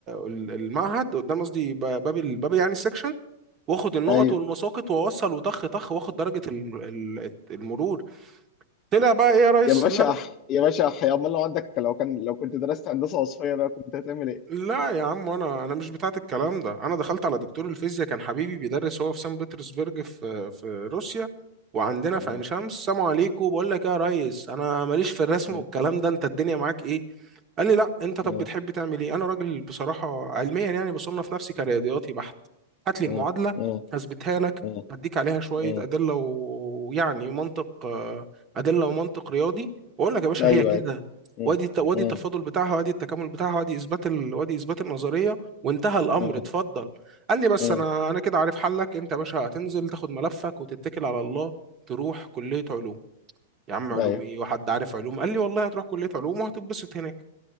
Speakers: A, on the right; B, on the left.
A: ال- المعهد قدام قصدي ب- باب ال- باب يعني السكشن واخد النقط
B: ايوه
A: والمساقط واوصل وطخ طخ واخد درجه الم- ال- المرور طلع بقى ايه يا ريس
B: يا باشا
A: ان
B: أح- يا باشا حيا امال لو عندك لو كان لو كنت درست هندسه وصفيه بقى كنت هتعمل ايه؟
A: لا يا عم انا انا مش بتاعت الكلام ده انا دخلت على دكتور الفيزياء كان حبيبي بيدرس هو في سان بطرسبرج في في روسيا وعندنا في
B: مم.
A: عين شمس سلام عليكم بقول لك إيه يا ريس انا ماليش في الرسم
B: مم.
A: والكلام ده انت الدنيا معاك ايه قال لي لا انت طب
B: مم.
A: بتحب تعمل ايه انا راجل بصراحه علميا يعني بصنف نفسي كرياضياتي بحت هات لي المعادله
B: مم. مم.
A: هثبتها لك
B: مم.
A: هديك عليها شويه
B: مم.
A: ادله و- ويعني منطق آه، ادله ومنطق رياضي واقول لك يا باشا
B: ايوه
A: هي كده
B: ايوه مم.
A: وادي الت- وادي
B: مم.
A: التفاضل بتاعها وادي التكامل بتاعها وادي اثبات ال... وادي اثبات النظريه وانتهى الامر
B: مم.
A: اتفضل قال لي بس
B: مم.
A: انا انا كده عارف حلك انت يا باشا هتنزل تاخد ملفك وتتكل على الله تروح كليه علوم يا عم علوم
B: ايوه
A: ايه وحد عارف علوم قال لي والله هتروح كليه علوم وهتتبسط هناك